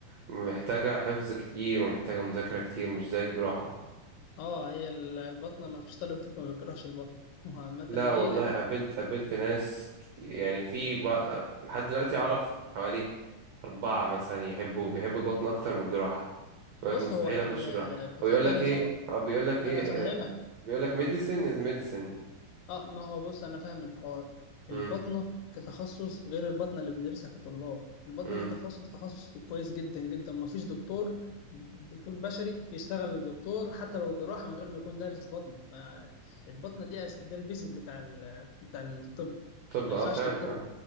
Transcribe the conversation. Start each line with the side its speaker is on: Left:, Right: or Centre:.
Right: محتاجة حفظ كتير ومحتاجة مذاكرة كتير مش زي الجراحة
Left: اه هي ال- البطنة ما فيش طالب طب ما بيكرهش البطنة <laughs> عامة
Right: لا
Left: ليه؟
Right: والله
Left: لأن
Right: قابلت قابلت ناس كتير يعني في بق- لحد دلوقتي أعرف حوالي أربعة مثلا يحبوا بيحبوا البطن أكتر من الجراحة بيقول
Left: بص
Right: لك مستحيل
Left: هو
Right: اخش
Left: ال-
Right: جراحة
Left: بتختلف
Right: او بيقول لك ايه
Left: اه
Right: او بيقول لك ايه
Left: أنا فاهمك
Right: بيقول لك ميديسن
Left: البطنة
Right: از ميديسن
Left: اه ما هو بص انا فاهم الحوار
Right: امم
Left: البطنه كتخصص غير البطنه اللي بندرسها كطلاب البطنه
Right: امم
Left: كتخصص تخصص كويس جدا جدا ما فيش دكتور دكتور بشري يشتغل دكتور حتى لو جراحه من غير ما يكون دارس بطن ما البطنه دي أس- ده البيزك بتاع ال... بتاع الطب
Right: طب
Left: ما
Right: اه
Left: ينفعش
Right: فعلا
Left: دكتور
Right: اه